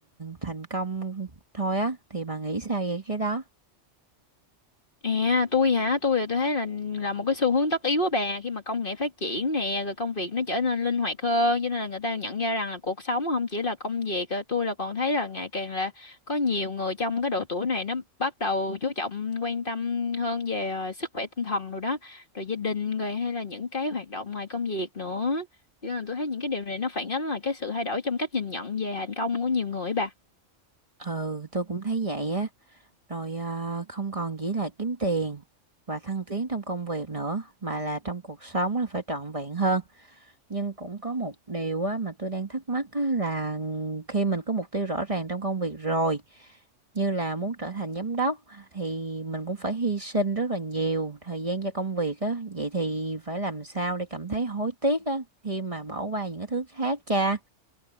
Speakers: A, on the right; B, on the left.
A: thành công thôi á thì bà nghĩ sao về cái đó?
B: À tôi hả tôi thì tôi thấy là là một cái xu hướng tất yếu của bà khi mà công nghệ phát triển nè rồi công việc nó trở nên linh hoạt hơn cho nên là người ta nhận ra rằng là cuộc sống không chỉ là công việc à, tôi là còn thấy là ngày càng là có nhiều người trong cái độ tuổi này nó bắt đầu chú trọng quan tâm hơn về à, sức khỏe tinh thần rồi đó rồi gia đình rồi hay là những cái hoạt động ngoài công việc nữa cho nên là tôi thấy những cái điều này nó phản ánh là cái sự thay đổi trong cách nhìn nhận về thành công của nhiều người ấy bà
A: Ừ, tôi cũng thấy vậy á. rồi à, không còn chỉ là kiếm tiền và thăng tiến trong công việc nữa mà là trong cuộc sống là phải trọn vẹn hơn nhưng cũng có một điều á, mà tôi đang thắc mắc á, là khi mình có mục tiêu rõ ràng trong công việc rồi như là muốn trở thành giám đốc thì mình cũng phải hy sinh rất là nhiều thời gian cho công việc á vậy thì phải làm sao để cảm thấy hối tiếc á khi mà bỏ qua những cái thứ khác cha